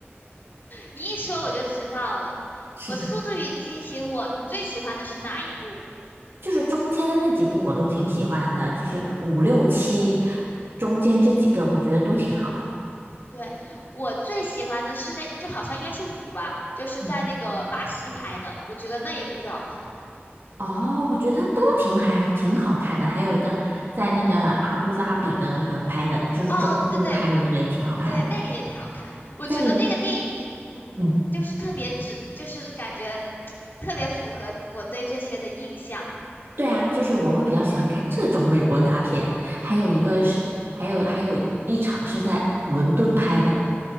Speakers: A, on the left; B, on the right.
A: 你一说我就知道了。
B: <laughs> 是的，
A: 我《速度与激情》我，你最喜欢的是哪一部？
B: 就是中间的那几部我都挺喜欢的，就是五六七
A: 嗯，
B: 中间这几个我觉得都挺好的。
A: 对，我最喜欢的是那，就好像应该是五吧，就是在那个巴西拍的，
B: 嗯。
A: 我觉得那一部最好看。
B: 哦，我觉得都挺还挺好看的，还有一个在那个阿布扎比的那个拍的，
A: 嗯，
B: 就是中东拍的那个也挺好看的。
A: 哦哦，对对对对，那个也挺好看。我觉得那个电影，
B: 在
A: 嗯，
B: 嗯，
A: 就是特别只，就是感觉特别符合我对这些的印象。
B: 对啊，就是我会比较喜欢看这种美国大片，还有一个是还有还有一场是在伦敦拍的，
A: 嗯